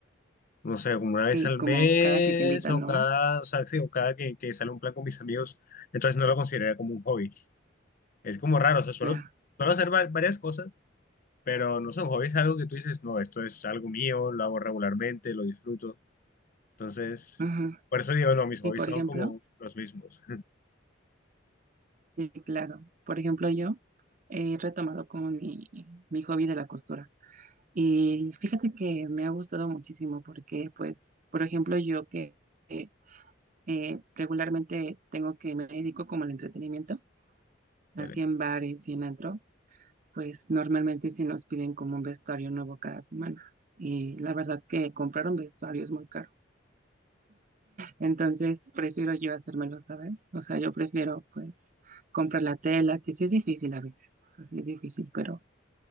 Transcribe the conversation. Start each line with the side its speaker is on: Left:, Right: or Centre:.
Left: no sé, como una vez
Right: Sí,
Left: al
Right: como
Left: mes
Right: cada que te invitan,
Left: o
Right: ¿no?
Left: cada, o sea, sí, o cada que, que sale un plan con mis amigos, entonces no lo consideraría como un hobby. Es como raro, o sea, suelo,
Right: Ya.
Left: suelo hacer va- varias cosas Pero no sé, un hobby es algo que tú dices, no, esto es algo mío, lo hago regularmente, lo disfruto. Entonces,
Right: Ujú.
Left: por eso digo, no, mis
Right: Sí,
Left: hobbies
Right: por
Left: son
Right: ejemplo,
Left: como los mismos.
Right: sí, claro. Por ejemplo, yo he retomado como mi, mi hobby de la costura. Y fíjate que me ha gustado muchísimo porque, pues, por ejemplo, yo que eh, eh, regularmente tengo que me dedico como al entretenimiento,
Left: <laughs>
Right: así
Left: Vale.
Right: en bares y en antros, pues normalmente sí nos piden como un vestuario nuevo cada semana. Y la verdad que comprar un vestuario es muy caro. Entonces prefiero yo hacérmelo, ¿sabes? O sea, yo prefiero pues comprar la tela, que sí es difícil a veces, o sea, sí es difícil, pero